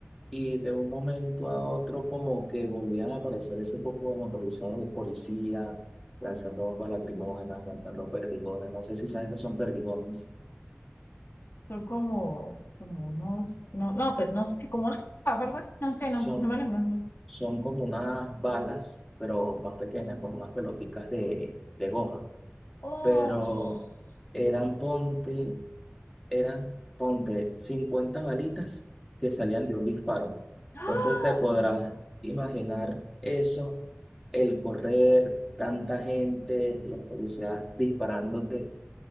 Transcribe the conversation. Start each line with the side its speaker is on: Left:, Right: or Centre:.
Centre: Y de un momento a otro como que volvían a aparecer ese poco de motorizados de policía, lanzando bombas lacrimógenas, lanzando perdigones. No sé si sabes que son perdigones.
Left: Son como, como unos, no, no, pues no sé, como unas papas, algo así, no sé,
Centre: Son,
Left: no, no me lo imagino.
Centre: son como unas balas, pero más pequeñas, como unas pelotitas de, de goma.
Left: Oh,
Centre: Pero
Left: sh-
Centre: eran, ponte, eran, ponte, 50 balitas que salían de un disparo.
Left: ¡Ah!
Centre: Entonces te podrás imaginar eso, el correr, tanta gente, los policías disparándote,